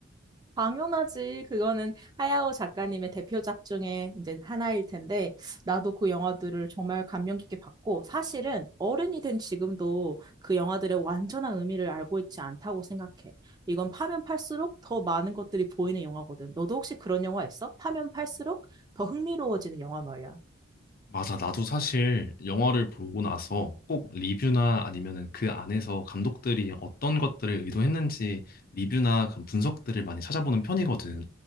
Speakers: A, on the right; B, on the left.
A: 당연하지. 그거는 하야오 작가님의 대표작 중에 이제 하나일 텐데, 나도 그 영화들을 정말 감명 깊게 봤고, 사실은 어른이 된 지금도 그 영화들의 완전한 의미를 알고 있지 않다고 생각해. 이건 파면 팔수록 더 많은 것들이 보이는 영화거든. 너도 혹시 그런 영화 있어? 파면 팔수록 더 흥미로워지는 영화 말이야.
B: 맞아. 나도 사실 영화를 보고 나서 꼭 리뷰나 아니면은 그 안에서 감독들이 어떤 것들을 의도했는지 리뷰나 그런 분석들을 많이 찾아보는 편이거든.